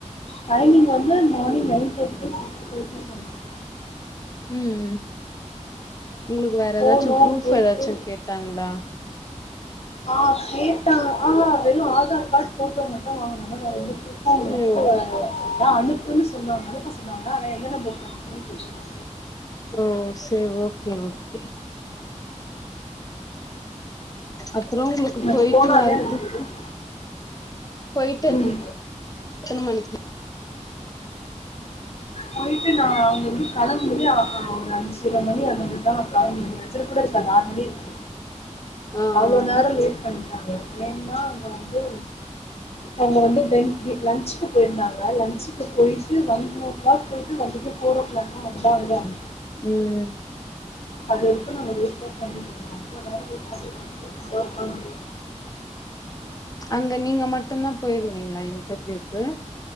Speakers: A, on the left; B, on the left.
A: டைமிங் வந்து morning nine thirty to six thirty சொன்னாங்க
B: ம் ம் உங்ளுக்கு வேற
A: போனோம்
B: ஏதாச்சு ப்ரூஃப்
A: போயிட்டு
B: ஏதாச்சு கேட்டாங்ளா
A: ஆ கேட்டா ஆஹ வெறு ஆதார் கார்ட் போட்டோ மட்டு வாங்கனாங்க வேற எந்த ப்ரூஃப் <unintelligible>
B: சோ
A: அனுப்புன்னு சொன்னாங்க அனுப்ப சொன்னாங்க ஆனா எந்த நம்பருக்கு அனுப்பனுனு தெரியல
B: ஓ சே ஓகே ஓகே அப்றோ உங்ளுக்கு
A: எனக்கு
B: போயிட்டு
A: போனாதான்
B: வரத்துக்கு
A: எனக்கு தெரியும்
B: போய்ட்டு எத்தன
A: ம்
B: மணிக்கி
A: போயிட்டு நா அங்க இருந்து கிளம்போதே ஆ ஒரு அஞ்சர மணி அந்த மாரிதா ஒரு அஞ் அஞ்சர கூட இருக்காது ஆறு மணி இருக்கு
B: ஆ
A: அவ்ளோ
B: ஆ
A: நேரோ லேட் பண்டாங்க ஏன்னா அங்க வந்து அவுங்க வந்து டென்த் பி லஞ்ச்க்கு போயிருந்தாங்க லஞ்ச் க்கு போயிட்டு ஒன் ஓ கிளாக் போயிட்டு வந்துட்டு ஃபோர் ஓ கிளாக் தா வந்தாங்களாம்
B: ம்
A: அது இருக்கனு <unintelligible> அவ்ளோ நேரோ வெயிட் பண்ணிட்டு <unintelligible> உக்காந்துட்டு இருந்தே
B: அங்க நீங்க மட்டுந்தா போயிருந்தீங்ளா இன்டர்வியூக்கு